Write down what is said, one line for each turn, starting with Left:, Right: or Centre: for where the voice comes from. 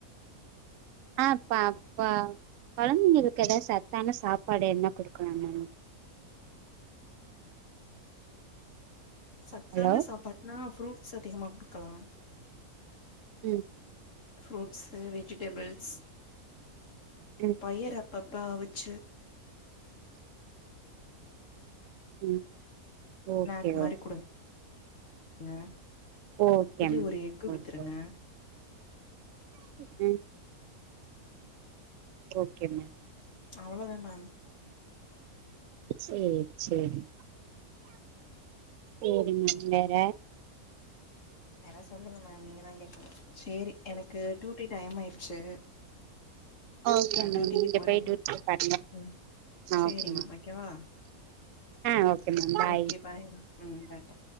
Right: ஆ ப்பா ப்பா கொழந்தைங்களுக்கு ஏதாது சத்தான சாப்பாடு என்ன குடுக்கலா மேம்
Left: சத்தான
Right: ஹலோ
Left: சாப்பாடுனா ஃப்ரூட்ஸ் அதிகமா குடுக்கலா
Right: ம்
Left: ஃரூட்ஸு வெஜிடேபிள்ஸ்
Right: ம்
Left: பயரு அப் பப்பா அவுச்சு
Right: ம் ஓகே
Left: ஸ்நாக் மாரி
Right: ஓ
Left: குடுங் க
Right: ஓகே
Left: டெய்லி
Right: மேம்
Left: ஒரு எக்கு குடுத்துருங்க
Right: ஓகே ம் ஓகே மேம்
Left: அவ்ளோதான
Right: செரி செரி செரிங் க வேற
Left: வேற சொல்லுங்க மேம் நீங்க தா இன்னைக்கு சேரி எனக்கு டூட்டி டைம் ஆயிருச்சு
Right: ஓகே
Left: நா
Right: மேம்
Left: டியூட்டிக்கு
Right: நீங்க
Left: போறே
Right: போய் டூட்டிய
Left: மேம்
Right: பாருங்க
Left: ம்
Right: நா
Left: சேரி
Right: <inaudible>
Left: மேம் ஓகேவா
Right: ஆ okay ma'am bye
Left: okay ma'am ம் டாட்டா